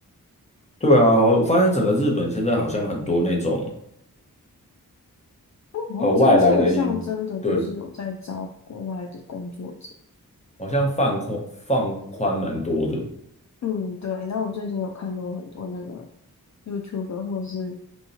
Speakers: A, on the left; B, on the left.
A: 对啊，我我发现整个日本现在好像很多那种。
B: 好像政策上真的就是有在招国外的工作者。
A: 呃，外来的音，对，好像放宽放宽蛮多的。
B: 嗯，对。那我最近有看到很多那个 YouTuber，或者是